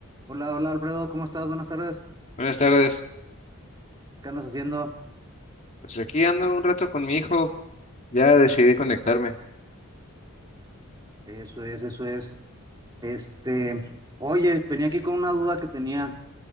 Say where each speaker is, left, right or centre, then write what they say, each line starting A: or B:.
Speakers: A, on the right; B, on the left.
A: Hola, hola Alfredo, ¿cómo estás? Buenas tardes.
B: Buenas tardes.
A: ¿Qué andas haciendo?
B: Pues aquí ando un rato con mi hijo. Ya decidí conectarme.
A: Eso es, eso es. Este, oye, venía aquí con una duda que tenía.